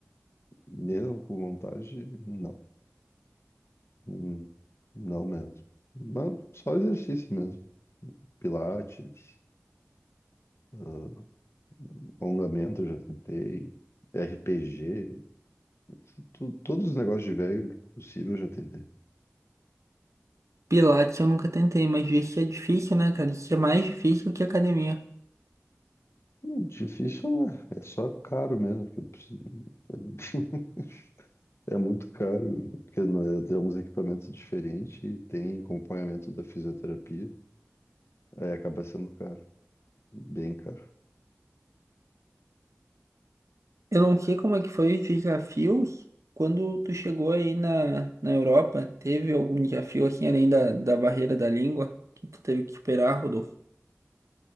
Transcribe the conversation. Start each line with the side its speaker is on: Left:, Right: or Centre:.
Left: mesmo com vontade, não. Hum, Não mesmo. Mas só exercício mesmo. Pilates. ah, Alongamento, já tentei. RPG, tu- todos os negócios de velho que possível eu já tentei.
Right: Pilates eu nunca tentei, mas isso é difícil, né, cara? Isso é mais difícil que academia.
Left: Hum, Difícil não é, é só caro mesmo, porque precisa- <laughs> é muito caro, porque não é- tem uns equipamentos diferentes e tem acompanhamento da fisioterapia, aí acaba sendo caro, bem caro.
Right: Eu não sei como é que foi os desafios quando tu chegou aí na, na Europa. Teve algum desafio assim além da, da barreira da língua que tu teve que esperar, Rodolfo?